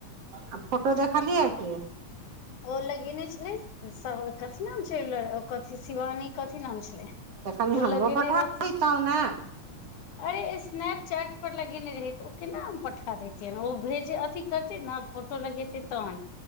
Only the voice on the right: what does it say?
आ फोटो देखालिय हैं कि
त कनि
हमरो
पठाितहु
ने